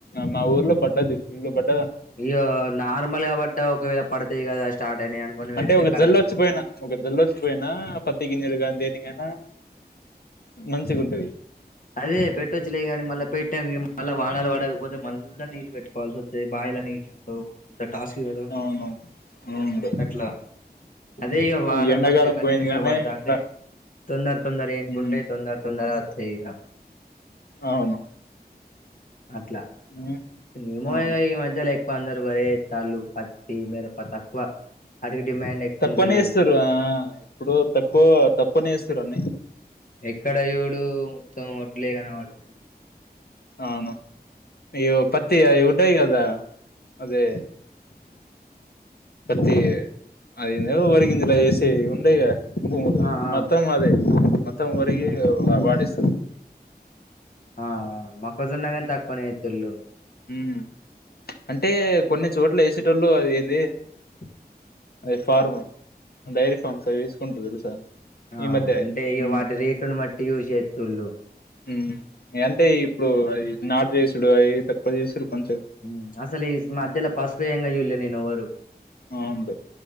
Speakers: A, on the left; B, on the left.
A: మా ఊర్లో పట్టది ఫుల్లు పట
B: అయ్యో నార్మల్ కాబట్టి ఒకవేళ పడతాయి కదా స్టార్ట్ అయినాయి అనుకొని
A: అంటే
B: పెడితే
A: ఒక
B: కతం
A: జల్లు వచ్చిపోయినా ఒక జల్లుచ్చిపోయినా పత్తి గింజీలుగాని దేనిగైనా మంచిగుంటది
B: అదే పెట్టచ్చులే కానీ మళ్ళీ పెట్ట మళ్ళీ వానాలు పడకపోతే మళ్ళీ నీళ్ళ పెట కావాల్సి వస్తా బాయిలనీళ్ళుండవు పెద్ద టాస్కలు కదా
A: అవును అవును
B: అట్లా అదే ఇక వాన
A: ఈ ఎండాకాలం
B: మంచిగా కంటిన్యూస్
A: పోయింది కానీ
B: గా పడతాంటే
A: ఎండ
B: తొందర తొందర ఏన్కుంటె
A: ఉమ్,
B: తొందర తొందర అతాయి ఇగ
A: అవును
B: అట్లా
A: ఉమ్,
B: ఏమోయగా
A: అవును
B: ఈ మధ్యలో తొందర పడి ఎతన్లు పత్తి మిరప తక్కువ వాటికి డిమాండ్ ఎక్కువ
A: తక్కువనే
B: ఉంటలేదు
A: ఎస్తున్రు అ ఇప్పుడు తక్కువ తక్కువనే ఎస్తూన్రు అని
B: ఎక్కడా చూడు మొత్తం వడ్లే కనబడు
A: అవును అయ్యో పత్తి అయి ఉంటాయి గదా అదే పత్తి అదేంది ఒరిగిందిలే ఇస్ తె ఉండైగా భూములు
B: ఆ ఆ
A: మొత్తం అవె మొత్తం వరియె వా వాడెస్తారు
B: ఆ మొక్కజోన్న కానీ తక్కువనే ఎత్తున్లు
A: ఉ అంటే కొన్ని చోట్ల ఎసేటోళ్ళు అవి ఏంది
B: <inaudible>
A: అద్ ఫార్మ్ డైరీ ఫార్మ్స్ అవి వేసుకుంట్రూ తెలుసా
B: ఆ
A: ఈ మధ్య
B: అంటే ఇగ
A: ఉమ్
B: వాటి రేటును మట్టి యూజ్ చేతున్లు
A: మ్ అంటే ఇప్పుడు నాటు వెసుడు అవి తక్కువ చేసుడు కొంచెం
B: మ్ అసలు ఈ మధ్యలో పసుపుయంగా చూళ్లే నేనెవరు
A: వులే